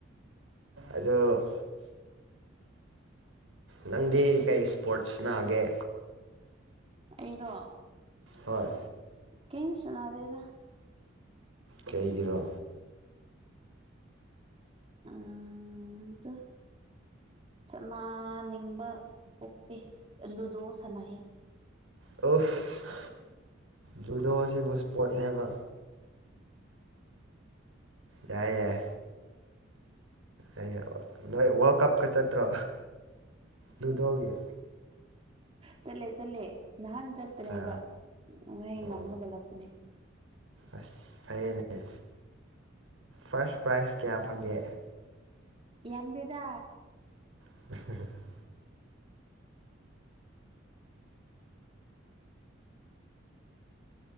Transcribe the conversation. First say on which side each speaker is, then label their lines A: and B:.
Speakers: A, on the right; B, on the right.
A: ꯑꯗꯣ ꯅꯪꯗꯤ ꯀꯩ ꯁꯄꯣꯔꯠꯁ ꯁꯥꯟꯅꯒꯦ
B: ꯑꯩꯔꯣ
A: ꯍꯣꯏ
B: ꯀꯩꯝ ꯁꯅꯥꯗꯗ
A: ꯀꯩꯒꯤꯔꯣ
B: ꯑ ꯆ ꯁꯅꯥ ꯅꯤꯡꯕ ꯄꯣꯛꯇꯦ ꯂꯨꯗꯣ ꯁꯅꯥ
A: ꯑꯣꯁ ꯂꯨꯗꯣ ꯁꯤꯕꯣ ꯁꯄꯣꯔ꯭ꯠ ꯅꯦꯕ ꯌꯥꯏ ꯌꯥꯏ ꯑ ꯅꯣꯏ ꯋꯥꯔꯜꯗ ꯀꯞ ꯀ ꯆꯠꯇ꯭ꯔꯣ ꯂꯨꯗꯣꯒꯤ
B: ꯆꯠꯂꯦ ꯆꯠꯂꯦ ꯅꯍꯥꯟ ꯆꯠꯄꯅꯦꯕ
A: ꯆꯥ
B: ꯋꯥꯍꯩ
A: ꯑꯣ
B: ꯉꯝꯃꯒ ꯂꯛꯄꯅꯦ
A: ꯑꯁ ꯐꯩꯌꯦꯅꯦ ꯐꯥꯔ꯭ꯁ ꯄ꯭ꯔꯥꯏꯖ ꯀꯌꯥ ꯐꯪꯒꯦ
B: ꯌꯥꯝꯗꯦꯗ
A: <unintelligible>